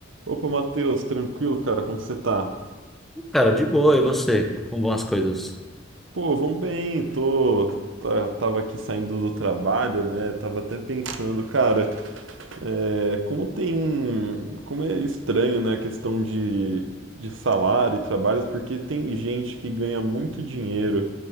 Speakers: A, on the right; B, in the centre.
A: Opa, Matheus, tranquilo, cara? Como você tá?
B: Cara, de boa, e você? Como vão as coisas?
A: Pô, vão bem, tô. tá- Tava aqui saindo do trabalho, né? Tava até pensando, cara, é, como tem. Como é estranho, né, a questão de, de salário e trabalhos, porque tem gente que ganha muito dinheiro